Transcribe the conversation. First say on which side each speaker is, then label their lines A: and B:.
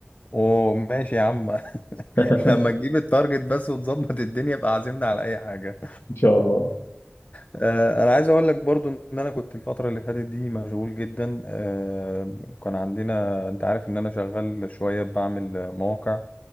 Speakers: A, on the left; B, on the left.
A: اوه ماشي يا عم <laughs>
B: <laughs>
A: لما تجيب التارجت بس وتظبط الدنيا يبقى عازمنا على اي حاجه
B: إن شاء الله
A: آه، انا عايز اقول لك برضو ان انا كنت الفتره اللي فاتت دي مشغول جدا آه، كان عندنا انت عارف ان انا شغال شويه بعمل آه، مواقع